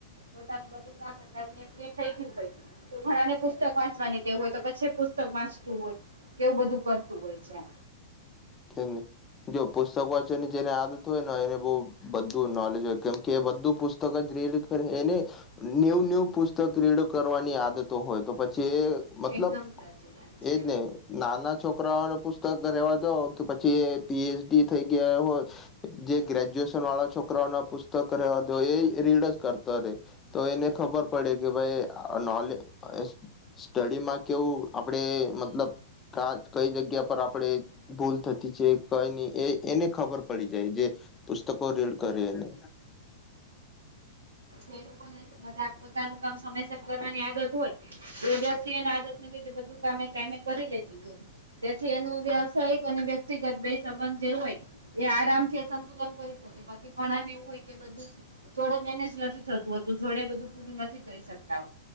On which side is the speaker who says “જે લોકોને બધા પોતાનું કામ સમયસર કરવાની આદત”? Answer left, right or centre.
Right